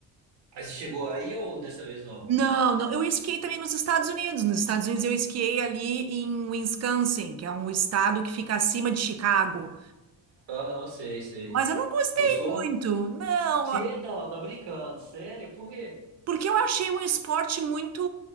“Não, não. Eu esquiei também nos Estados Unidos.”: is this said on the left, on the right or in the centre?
Right